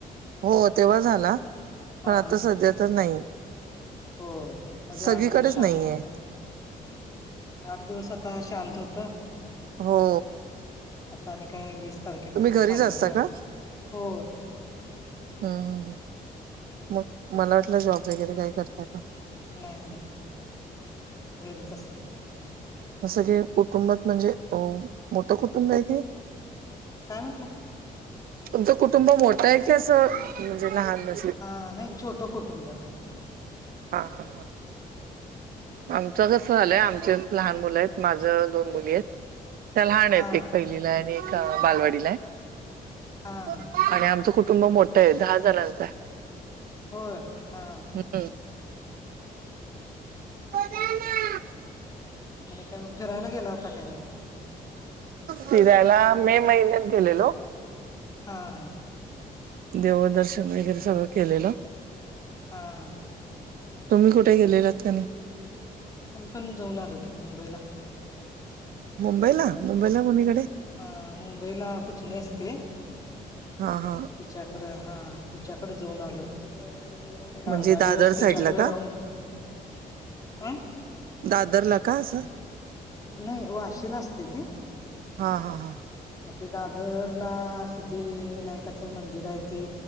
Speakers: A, on the right (about 70°); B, on the left (about 25°).
A: हो, तेव्हा झाला
B: हा
A: पण आता सध्या तर नाही.
B: हो मध्ये
A: सगळीकडेच
B: आठ दिवस शांत
A: नाहीये
B: होत. आठ दिवस आता शांत होत.
A: हो,
B: आता आणि काय वीस तारखेपासून
A: तुम्ही घरीच
B: सांगितल्यात
A: असता का
B: हो,
A: हम्म, मग मला वाटलं जॉब वगैरे काही करताय का?
B: नाही नाही, घरीच असते.
A: तस की, कुटुंबात म्हणजे अ मोठं कुटुंब आहे काय?
B: काय म्हटला?
A: तुमचं कुटुंब मोठं आहे, की असं म्हणजे लहान जस,
B: हा, नाही छोटं कुटुंब आहे.
A: हा हा हा, आमचं कसं आलंय, आमच्यात लहान मुलं आहेत. माझ दोन मुली आहेत. त्या लहान आहेत.
B: हा
A: एक पहिलीला आणि एक बालवाडीला आहे.
B: हा
A: आणि आमचं कुटुंब मोठं आहे दहा जणांच आहे.
B: होय, हा,
A: हं, <unintelligible>
B: आणि काय मग फिरायला गेला होता काही नाही.
A: फिरायला मे महिन्यात गेलेलो.
B: हा,
A: देवदर्शन वगैरे सगळं केलेलं.
B: हा हा,
A: तुम्ही कुठे गेलेलात का नाही.
B: आम्ही पण जाऊन आलो की मुंबईला.
A: मुंबईला मुंबईला कोणीकडे
B: हा मुंबईला पुतणी असते.
A: हा हा,
B: तिच्याकड हा तिच्याकड जाऊन आलो. एक,
A: म्हणजे
B: आठ, दहा
A: दादर
B: दिवस तिच्याकडे
A: साईडला का
B: राहून आ
A: दादरला का असं.
B: नाही वाशिला असते ती.
A: हां हां हां.
B: मग ते दादर ला सिद्धिविनायकाचं मंदिर आहे ते